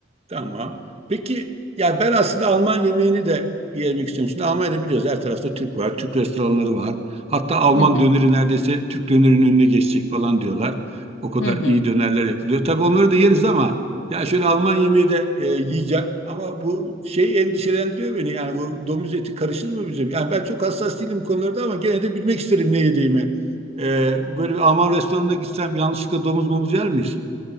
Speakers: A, on the right; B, on the left.
A: Tamam. Peki ya ben aslında Alman yemeğini de yemek istiyorum. Şimdi Almanya'da biliyoruz her tarafta Türk var, Türk restoranları var. Hatta Alman
B: Hı hı.
A: döneri neredeyse Türk dönerinin önüne geçecek falan diyorlar. O kadar
B: Hı hı.
A: iyi dönerler yapılıyor. Tabii onları da yeriz ama ya şöyle Alman yemeği de e, yiyeceğim. Ama bu şey endişelendiriyor beni. Yani bu domuz eti karışır mı bize? Yani ben çok hassas değilim bu konularda ama gene de bilmek isterim ne yediğimi. E, böyle bir Alman restoranına gitsem yanlışlıkla domuz momuz yer miyiz?